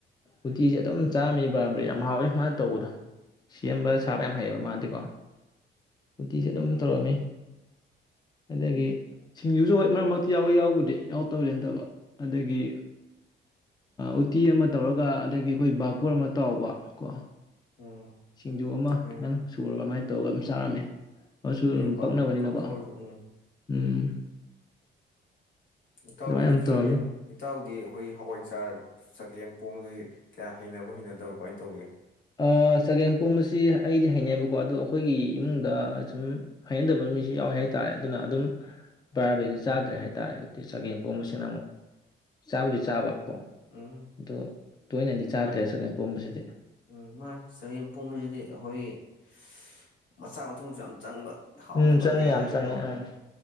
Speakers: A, on the left (about 20°); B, on the left (about 70°).
A: ꯎꯇꯤꯁꯦ ꯑꯗꯨꯝ ꯆꯥꯝꯃꯤ
B: ꯎꯝ
A: ꯄꯥꯝꯕ꯭ꯔ ꯌꯥꯝ ꯍꯥꯎꯏ ꯃꯥꯅ ꯇꯧꯕꯗꯣ ꯁꯦꯝꯕ ꯁꯥꯕ ꯌꯥꯝ ꯍꯩꯌꯦꯑꯕ ꯃꯥ ꯀꯣ ꯁꯨꯇꯤꯁꯦ ꯑꯗꯨꯝ ꯇꯧꯔꯝꯃꯤ ꯑꯗꯒꯤ ꯁꯤꯡꯖꯨꯁꯨ ꯍꯣꯏ ꯃꯔꯛ ꯃꯔꯛꯇ ꯌꯥꯎꯋꯦ ꯌꯥꯎꯕꯗꯤ ꯌꯥꯎꯗꯕꯗꯤ ꯅꯠꯇꯕ ꯑꯗꯒꯤ ꯎꯇꯤ ꯑꯃ ꯇꯧꯔꯒ ꯑꯗꯒꯤ ꯑꯩꯈꯣꯏ ꯕꯥꯄꯣꯔ ꯑꯃ ꯇꯥꯎꯕ ꯀꯣ
B: ꯎꯝ
A: ꯁꯤꯡꯖꯨ ꯑꯃ
B: ꯎꯝ
A: ꯈꯤꯇꯪ ꯁꯨꯔꯕ ꯑꯗꯨꯃꯥꯏꯅ ꯇꯧꯔꯒ ꯑꯝ ꯆꯥꯔꯝꯃꯦ ꯑꯗꯨꯁꯨ
B: ꯍꯣꯋꯦ
A: ꯑꯗꯨꯝ
B: ꯄꯥ
A: ꯄꯛꯅꯕꯅꯤꯅꯀꯣ
B: ꯄꯥꯐꯣꯔꯁꯨ ꯎꯝ
A: ꯎꯝ
B: ꯏꯇꯥꯎꯗꯤ
A: ꯑꯗꯨꯃꯥꯏꯅ ꯑꯗꯨꯝ
B: ꯆꯒꯦꯝ
A: ꯇꯧꯔꯝꯃꯤ
B: ꯏꯇꯥꯎꯗꯤ ꯑꯈꯣꯏꯒꯤ ꯍꯋꯥꯏꯖꯥꯔ ꯆꯒꯦꯝꯄꯣꯝꯕꯗꯨꯗꯤ ꯀꯌꯥ ꯍꯩꯅꯕ꯭ꯔꯣ ꯍꯩꯅꯗꯕꯢꯔꯣ ꯀꯃꯥꯏ ꯇꯧꯒꯦ
A: ꯑꯥ ꯆꯒꯦꯝꯄꯣꯝꯕꯁꯤ ꯑꯩꯗꯤ ꯍꯩꯅꯩꯌꯦꯕꯀꯣꯑꯗꯣ ꯑꯈꯣꯏꯒꯤ ꯏꯃꯨꯡꯗ ꯁꯨꯝ ꯍꯩꯅꯗꯕ ꯃꯤꯁꯨ ꯌꯥꯎꯋꯦ ꯍꯥꯏꯇꯥꯔꯦ ꯑꯗꯨꯅ ꯑꯗꯨꯝ <unintelligible> ꯆꯥꯗ꯭ꯔꯦ ꯍꯥꯏꯇꯥꯔꯦ꯫ ꯆꯒꯦꯝꯄꯣꯝꯕ ꯁꯤꯅ ꯑꯃꯨꯛ ꯆꯥꯕꯨꯗꯤ ꯆꯥꯕ ꯀꯣ
B: ꯎꯝ
A: ꯑꯗꯣ ꯇꯣꯏꯅꯗꯤ ꯆꯥꯗ꯭ꯔꯦ
B: ꯍꯣꯏ
A: ꯆꯒꯦꯝꯄꯣꯝꯕꯁꯤꯗꯤ
B: ꯎꯝ ꯃꯥꯅꯤ ꯆꯒꯦꯝꯄꯣꯝꯕ ꯁꯤꯗꯤ ꯑꯈꯣꯏꯒꯤ <unintelligible> ꯃꯆꯥꯛ ꯃꯊꯨꯝꯁꯨ ꯌꯥꯝ ꯆꯥꯕ ꯍꯥꯎꯅ
A: ꯎꯝ
B: ꯇꯧꯒꯦ
A: ꯆꯪꯉꯤ
B: ꯍꯥꯏ
A: ꯌꯥꯝ
B: ꯇꯥꯗꯤ
A: ꯆꯪꯉꯤ
B: ꯀꯣ
A: ꯎꯝ